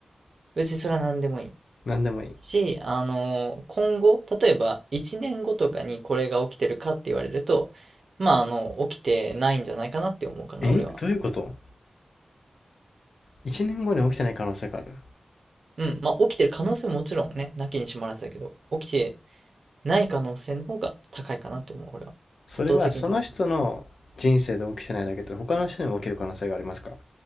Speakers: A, on the right (about 60°); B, on the left (about 70°).
A: 別にそれは何でもいい。
B: 何でもいい。
A: し、あの、今後、例えば1年後とかにこれが起きてるかって言われると、まあ、あの、起きてないんじゃないかなって思うかな、
B: えどういうこと
A: 俺は。
B: ?1 年後に起きてない可能性がある。
A: うん、まあ、起きてる可能性ももちろんね、なきにしもあらずだけど、起きてない可能性の方が高いかなって思う、俺は。
B: それはその人の人生で起きてないだけで他の人にも起きる可能性がありますか
A: 圧倒的に高い。